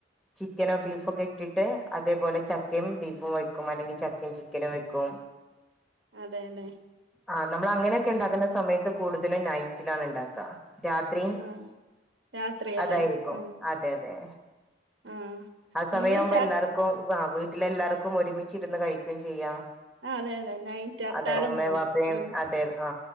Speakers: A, in the centre; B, on the right.
A: ചിക്കനോ ബീഫ് ഒക്കെ ഇട്ടിട്ട് അതേപോലെ ചക്കയും ബീഫും വെ ക്കും അല്ലെങ്കിൽ ചക്കയും ചിക്കനും വെക്കും.
B: അതെല്ലേ
A: ആഹ് നമ്മള് അങ്ങനെയൊക്കെ ഇണ്ടാക്കുന്ന സമയം. ഇത് കൂടുതല് നൈറ്റിലാണ് ഇണ്ടാക്കാ. രാത്രിയും
B: ആഹ് രാത്രിയല്ലേ
A: അതായിരിക്കും
B: ആഹ്
A: അതെ അതെ.
B: ആഹ്
A: ആ സമയാവുമ്പോ
B: നമ്മള് ച
A: എല്ലാർക്കും ഉവ്വ ആ വീട്ടിലെല്ലാവർക്കും ഒരുമി ച്ചിരുന്ന് കഴിക്കുകയും ചെയ്യാം
B: അതെ അതെ നൈറ്റ് അത്താഴം
A: അതെ ഉമ്മയും
B: പോലെ
A: വാപ്പയും
B: ആഹ്
A: അതെ ആ